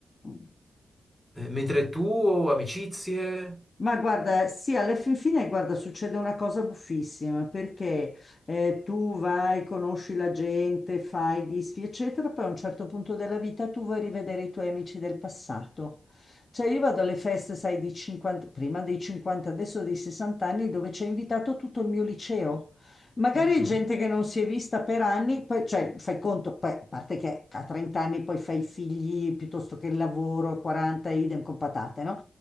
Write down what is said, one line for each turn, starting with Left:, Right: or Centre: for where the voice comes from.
Left: Mm.
Centre: Eh, mentre tu, amicizie...
Left: Ma guarda, sì, alla fin fine, guarda, succede una cosa buffissima perché eh, tu vai, conosci la gente, fai disfi, eccetera, poi a un certo punto della vita tu vuoi rivedere i tuoi amici del passato. Cioè io vado alle feste, sai, di 50, prima dei 50, adesso dei 60 anni, dove c'è invitato tutto il mio liceo. Magari
Centre: Mhm.
Left: gente che non si è vista per anni, poi, cioè, fai conto, poi, a parte che a 30 anni poi fai i figli piuttosto che il lavoro, a 40, idem con patate, no?